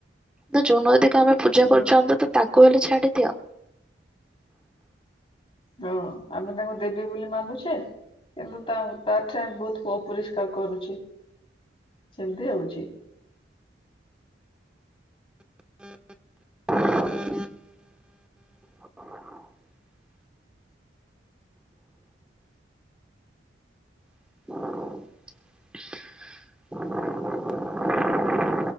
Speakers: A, in the centre; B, on the left.
A: ତ ଜୁନଦୀ ତମେ ପୂଜା
B: ହୁଁ
A: କରୁଛନ୍ତ ତ ତାକୁ ମୁଁ କହିଲି ଛାଡିଦିଅ।
B: ହଁ ଆମେ ତାଙ୍କୁ ଦେବୀ ବୋଲି ମାନୁଛେ, କିନ୍ତୁ ତା ତାଠା ବହୁତ କୋପରିଷ୍କାର କରୁଛି। ସେମ୍ ତି ହଉଛି।
A: <inaudible> <inaudible>